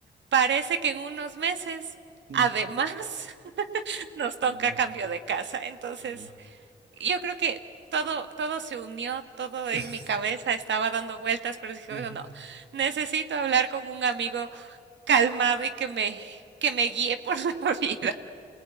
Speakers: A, on the right (about 80°); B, on the right (about 65°).
A: parece que en unos meses,
B: Mm.
A: además, <laughs> nos toca
B: No,
A: cambio de casa. Entonces,
B: no.
A: yo creo que todo, todo se unió, todo
B: <laughs>
A: en mi cabeza estaba dando vueltas, pero dije,
B: Ujú.
A: "Oiga, no, necesito hablar con un amigo calmado y que me, que me guíe por <laughs> la vida.